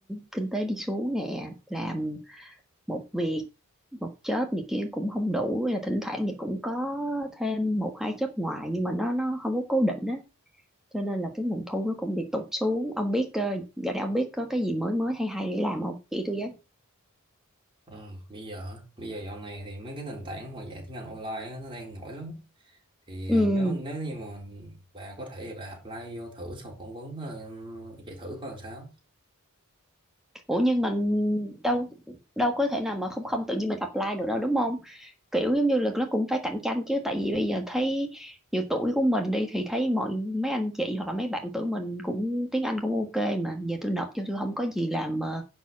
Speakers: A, in the centre; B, on the right (about 20°).
A: kinh tế đi xuống nè, làm một việc, một job này kia cũng không đủ. Hay là thỉnh thoảng thì cũng có thêm một hai job ngoài nhưng mà nó nó không có cố định á. Cho nên là cái nguồn thu nó cũng bị tụt xuống. Ông biết, ờ, dạo này ông biết có cái gì mới mới hay hay để làm không? Chỉ tôi với.
B: Ừ, bây giờ hả? bây giờ dạo này thì mấy cái nền tảng mà dạy tiếng Anh online á, nó đang nổi lắm thì
A: Ừ.
B: ờ, nếu nếu như mà bà có thể thì bà apply vô thử sau phỏng vấn ờ, chạy thử coi làm sao
A: ủa nhưng mình đâu đâu có thể nào mà không không tự nhiên mình apply được đâu đúng không kiểu giống như là nó cũng phải cạnh tranh chứ tại vì bây giờ thấy nhiều tuổi của mình đi thì thấy mọi mấy anh chị hoặc là mấy bạn tuổi mình cũng tiếng Anh cũng ok mà giờ tôi nộp cho tôi không có gì làm ờ,